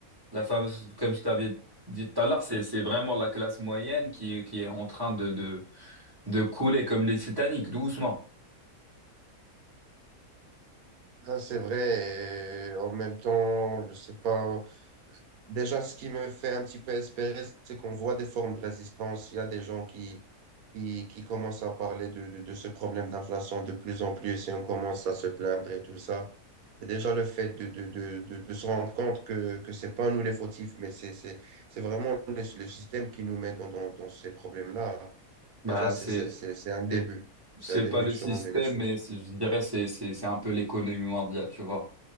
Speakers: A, on the right; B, on the right.
A: La fameuse, comme je t'avais dit tout à l'heure, c'est, c'est vraiment la classe moyenne qui, est- qui est en train de, de de couler comme les Titanic, doucement.
B: Ah, c'est vrai, et en même temps, je sais pas, Déjà, ce qui me fait un petit peu espérer, c'est qu'on voit des formes de résistance. Il y a des gens qui, qui, qui commencent à parler de, de, de ce problème d'inflation de plus en plus et on commence à se plaindre et tout ça. Et déjà, le fait de, de, de, de, de se rendre compte que, que c'est pas nous les fautifs, mais c'est, c'est, c'est vraiment le, le système qui nous met dans, dans, dans ces problèmes-là. Déjà,
A: Bah,
B: c'est,
A: c'est,
B: c'est, c'est c'est un début.
A: c'est c'est
B: C'est un début
A: pas le
B: de changer
A: système,
B: les choses.
A: mais c'est- je dirais c'est, c'est, c'est un peu l'économie mondiale, tu vois.